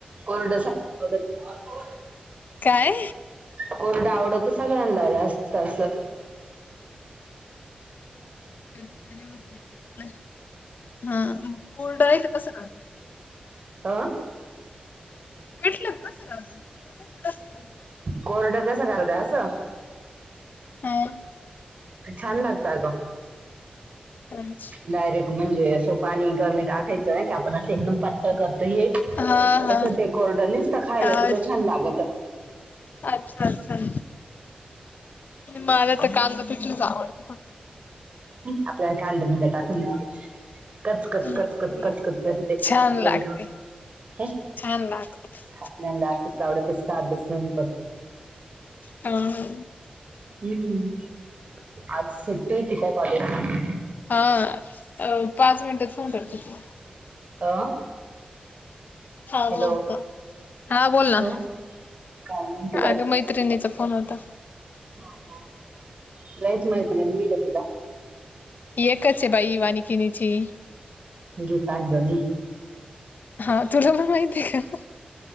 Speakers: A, on the right; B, on the left.
A: कोरडसाठी <inaudible>
B: काय
A: कोरडं आवडत सगळ्यांना जास्त असं
B: कधीतरी होतय पिठलं हा मग कोरड इथं कसं करतात.
A: हा
B: पिठलं कसं राहतं मग कोरड कोरड
A: कोरडं कसं करत्या असं
B: हा
A: छान लागत आग
B: हंम
A: डायरेक्ट म्हणजे असं पाणी कमी टाकायचं नाही का आपण असं एकदम पात करतं हे
B: हा
A: तसं ते कोरड निसत खायला
B: हा
A: सुद्धा छान लागत.
B: अच्छा अच्छा मला तर कांदा पेंच आवड फ
A: हं आपल्याला कांदा बिंदा आपल्या नाही आवड कचकच
B: नाही
A: कचकच
B: ते उलट
A: कचकच करी ते
B: छान
A: आपल्याला
B: लागते
A: नाही आवडत. हे
B: छान लागते
A: आपल्याला असंच आवडत साधं सिम्पल.
B: हां
A: हम्म आज सुट्टी होती का कॉलेजला.
B: हं अं पाच मिनिटात फोन करते तुला.
A: अ
B: हा
A: हॅलो
B: बोका हा बोल ना
A: अ काय म्हणते
B: अगं मैत्रिणीचा फोन होता.
A: हो हो लईच मैत्रीणी हे गं तुला
B: एकच हे बाई वाणीकीनी ची
A: गीतांजली.
B: हा तुला पण माहितीये का?